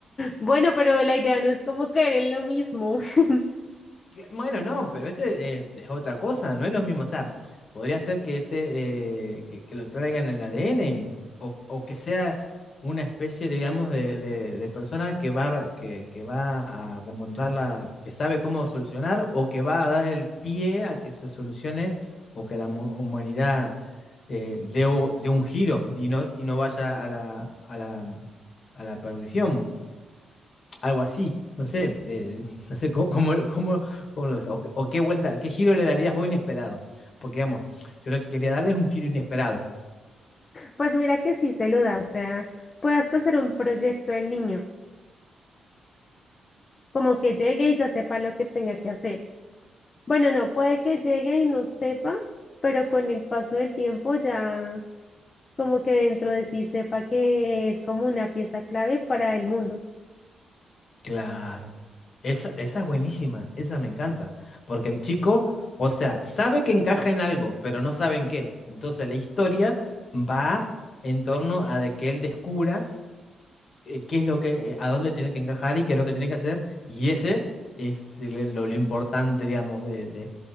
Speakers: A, on the left; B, on the left.
A: Bueno, pero la idea no es como caer en lo mismo. <laughs>
B: Cla- Bueno, no, pero este eh, es otra cosa, no es lo mismo. O sea, podría ser que este eh, que, que lo traigan en el ADN o, o que sea una especie, digamos, de, de- de persona que va, a re- que, que va a remontarla, que sabe cómo solucionar o que va a dar el pie a que se solucione o que la mu- humanidad eh, dé, u- dé un giro y no, y no vaya a la, a la, a la perdición algo así, no sé, eh, <laughs> no sé cómo, cómo, cómo- cómo lo ves, o, o qué vuelta, qué giro le darías vos inesperado, porque digamos, yo le quería darles un giro inesperado.
A: Pues mira que sí se lo da, o sea, puede hasta hacer un proyecto el niño, como que llegue y ya sepa lo que tenga que hacer. Bueno, no, puede que llegue y no sepa, pero con el paso del tiempo ya como que dentro de sí sepa que es como una pieza clave para el mundo.
B: Claro, esa, esa es buenísima, esa me encanta, porque el chico, o sea, sabe que encaja en algo, pero no sabe en qué. Entonces la historia va en torno a de que él descubra eh, qué es lo que, eh, a dónde tiene que encajar y qué es lo que tiene que hacer. Y ese es el- lo, lo importante, digamos, de, de,